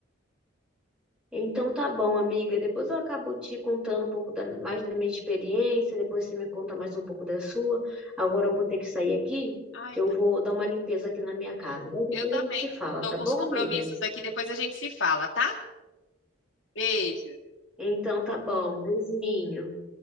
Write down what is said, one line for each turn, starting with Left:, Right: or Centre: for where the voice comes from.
Centre: Então tá bom, amiga. Depois eu acabo te contando um pouco da- mais da minha experiência, depois você me conta mais um pouco da sua. Agora eu vou ter que sair aqui,
Left: Ah,
Centre: que
Left: eu,
Centre: eu
Left: tam-
Centre: vou dar uma limpeza aqui na minha casa. Mas depois
Left: eu também.
Centre: a gente se fala,
Left: Estou
Centre: tá
Left: com
Centre: bom,
Left: os compromissos
Centre: amiga?
Left: aqui, depois a gente se fala, tá? Beijo.
Centre: Então tá bom. Beijinho.